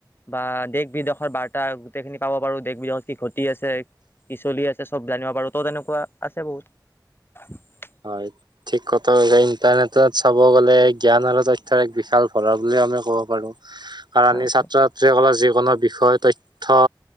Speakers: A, on the left; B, on the right.
A: বা দেশ বিদেশৰ বাৰ্তা গোটেইখিনি পাব পাৰো দেশ বিদেশত কি ঘতি আছে। কি চলি আছে চব জানিব পাৰো। ত' তেনেকুৱা আছে বহুত।
B: হয়। ঠিক কথা <unintelligible> ইণ্টাৰনেটত চাব গ'লে জ্ঞান আৰু তইথ থৰ এক বিশাল ভৰাল বুলিয়ে আমি ক'ব পাৰো, কাৰণ
A: হয়
B: ই ছাত্ৰ
A: হয়
B: ছাত্ৰীসকলৰ যি কোনো বিষয় তথ্য